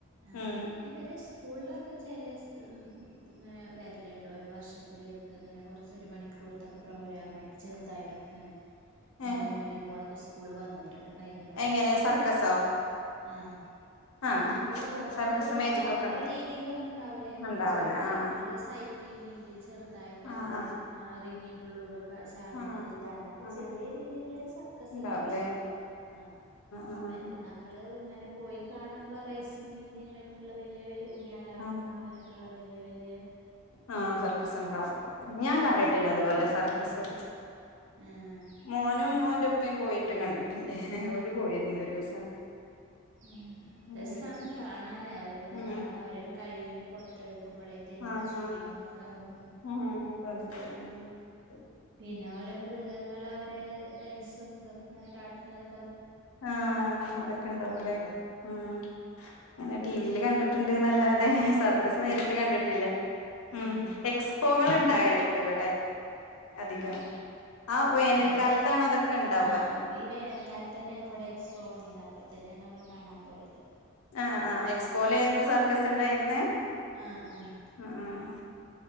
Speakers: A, on the right (about 60°); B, on the left (about 85°).
A: ആഹ്.
B: ഉം
A: പിന്നെ ഇവരെ സ്കൂള്ലൊക്കെ ചെല <unintelligible> ഇത് ഇങ്ങനെ വര്ല്ണ്ട് ഓരോ വർഷത്തി ത്തിലൊരിക്ക ഇങ്ങനെ കൊറച്ച് ഒരു മണിക്കൂറ്ത്തൊക്കെ പ്രോഗ്രാമായിട്ട് ചെറുതായിട്ടൊക്കെ ഇങ്ങനെ എന്റെ
B: ഏഹ്
A: മോന്റെ മോളൊക്കെ സ്കൂള് ള് വന്നി- റ്റണ്ട് കഴിഞ്ഞ പ്രാവശ്യം
B: എങ്ങനെ സർക്കസോ
A: ആഹ് അത്
B: ആഹ്
A: നമ്മള് പൊറത്ത്
B: സർക്കസ്
A: പോയി കാണ്
B: മേജിക്
A: ണ അത്ര
B: ഒക്കെ ഉണ്ടോ
A: രീതിയിലൊന്നു ഇണ്ടാവൂല ഇങ്ങനെ
B: ഉണ്ടാവൂലേ
A: ചെറുതായിട്ടുള്ള
B: ആഹ്
A: സൈ ക്ലിങ്ങിൻ്റെ ചെറുതായിട്ട്
B: ആഹ്
A: അവര്
B: ആഹ്
A: റിങ്ങിൻ്റെ ഉള്ളൂടെ ക ചാടുന്ന
B: ആഹ്
A: രീതി അങ്ങനൊക്കെ
B: ആഹ്
A: ചെറിയ
B: ആഹ്
A: രീതിയിലുള്ളരു സർക്കസ്
B: ഉണ്ടാവുംല്ലേ
A: ക സ്കൂളിലൊക്കെ ആഹ്
B: ആഹ് ആഹ്
A: മറ്റേ നമ്മള് ങ്ങനെ പോയി കാണുമ്പോൾ റേയ്സിങ്ങിന്റെ മറ്റുള്ള വലിയ വലിയ ഊഞ്ഞാലാട്ടം
B: ആഹ്
A: അങ്ങനെയൊക്കെ ള്ള വല്യ വല്യ
B: ആഹ് സർക്കസ് ണ്ടാവും. ഞാൻ കാണിട്ടില്ല അതുപോലെ സർക്കസ്
A: ആഹ്
B: മോനും മോന്റെ ഉപ്പയും പോയിട്ട് കണ്ടിട്ടുണ്ട്. പോയിരുന്ന ഒരൂസം
A: ആഹ്
B: ഞാൻ
A: രസാണ്
B: കണ്ടിട്ടുണ്ട്
A: കാണാനേ അവരിങ്ങനെ
B: ഉം
A: കാട്ടാ അവരരു കഴിവിനെ പൊറത്തടുക്കുമ്പളെ ഇതങ്ങനെ
B: ആഹ്
A: ചെയ്യണ്ന്നക്കെ
B: ആഹ്
A: ന
B: ഉം <unintelligible> ഉം
A: പിന്നെ ഓരോ മൃഗങ്ങളവരെ ഡാൻസും തൊക്കെ ങ്ങനെ കാട്ട്ണത്
B: ആഹ് അതൊക്കെണ്ടാവല്ലേ.
A: കൗതുകം തന്നെ
B: ആഹ്
A: ഉം
B: അങ്ങനെ ടിവില് കണ്ടിട്ടുണ്ട്ന്നല്ലാതെ തെ സർക്കസ് നേരിട്ട് കണ്ടിട്ടില്ല. ഉം
A: ആഹ്
B: എക്സ്പോകൾ ണ്ടാവലുണ്ട്. ഇവിടെ. അധികം
A: ആഹ്
B: ആ വേനൽക്കാലത്താണ്
A: അല്ലെ
B: അതൊക്കെ ഇണ്ടാവ
A: ആഹ് ഈ വേനൽക്കാലതന്നെണ് ഇവടെ എക്സ്പോ വന്നീന്ന് അപ്പൊ ത്തന്നെയാണ് അവരേ കാണാൻ പോയത്.
B: ആഹ് ആഹ് എക്സ്പോലായിരുന്നു സർക്കസ് ഉണ്ടായിരുന്നെ?
A: ആഹ് ആഹ്
B: അഹ് ആഹ്